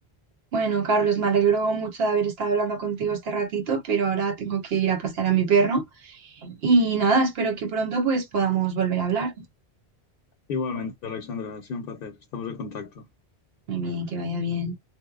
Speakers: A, on the right; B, on the left.
A: Bueno, Carlos, me alegro mucho de haber estado hablando contigo este ratito, pero ahora tengo que ir a pasear a mi perro. Y nada, espero que pronto pues podamos volver a hablar.
B: Igualmente, Alexandra, ha sido un placer, estamos en contacto.
A: Muy bien, que vaya bien.